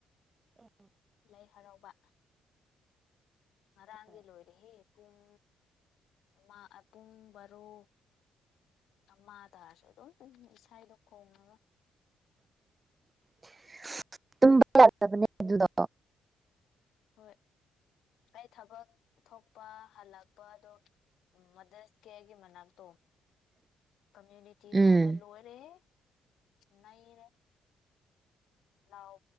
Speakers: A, on the left (about 80°); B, on the right (about 25°).
A: ꯂꯩ ꯍꯔꯥꯎꯕ ꯉꯔꯥꯡꯗꯤ ꯂꯣꯏꯔꯦꯍꯦ ꯄꯨꯡ ꯃꯥ ꯄꯨꯡ ꯕꯥꯔꯣ ꯑꯃꯥ ꯇꯥꯔꯁꯨ ꯑꯗꯨꯝ ꯏꯁꯥꯗꯣ ꯈꯣꯡꯉꯒ
B: <inaudible> <unintelligible> ꯕꯅꯦ ꯑꯗꯨꯗꯣ
A: ꯍꯣꯏ ꯑꯩ ꯊꯕꯛ ꯊꯣꯛꯄ ꯍꯜꯂꯛꯄ ꯑꯗꯣ ꯎ ꯃꯗꯔꯁ ꯀꯦꯌꯔꯒꯤ ꯃꯅꯥꯛꯇꯣ
B: <inaudible>
A: ꯀꯃꯨꯅꯤꯇꯤ
B: ꯎꯝ
A: ꯍꯣꯜꯗ ꯂꯣꯏꯔꯦꯍꯦ ꯅꯩꯔꯦ ꯅꯥꯎ